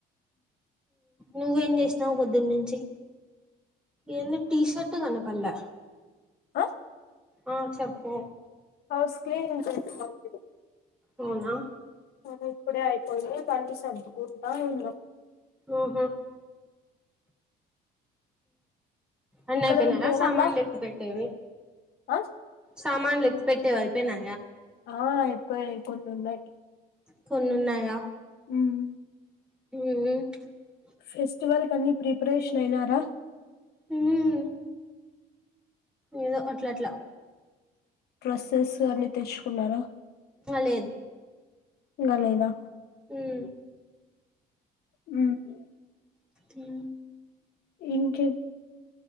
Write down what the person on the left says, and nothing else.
అ
హౌస్ క్లీనింగ్ చేస్తాంటిమి
ఆ ఇప్పుడే అయిపోయింది బండి సర్దుకుంటా ఉన్నాం
ఎక్కడైనా పోవాలా
ఆ
ఆ అయిపోయాయి ఇంకొన్ని ఉన్నాయ్
మ్మ్
ఫెస్టివల్ కన్ని ప్రిపరేషన్ అయినారా
డ్రెస్సెసు అన్ని తెచ్చుకున్నారా
ఇంగ లేదా
మ్మ్
ఇంకేప్